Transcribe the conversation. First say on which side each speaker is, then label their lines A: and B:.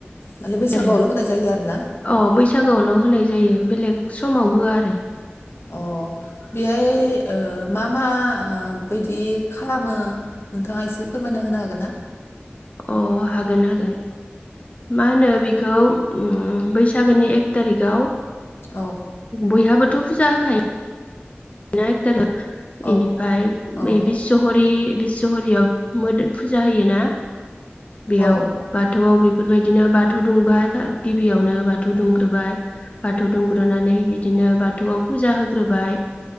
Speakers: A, on the left; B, on the left.
A: माने बैसागोआवल'
B: आरो
A: होनाय जायो आरोना
B: अ बैसागोआवल' होनाय जा जायो बेलेग समाव होआ आरो
A: अ बेहाय ओ मा मा? बायदि खालामो नोंथाङा एसे फोरमायना होनो हागोन ना?
B: अ हागोन हागोन मा होनो बेखौ बैसागोनि एक थारिखाव
A: औ
B: बयहाबो थ' फुजा होखाय <unintelligible> इनिफ्राय
A: औ औ
B: बिसहरि बिस बिसहरियाव मोदोम फुजा होयो ना बेयाव
A: औ
B: बाथौआव बे बेफोरबायदिनो बाथौ दुंबाय गिबियावनो बाथौ दुंग्रोबाय बाथौ दुंग्रोनानै बिदिनो बाथौआव फुजा होग्रोबाय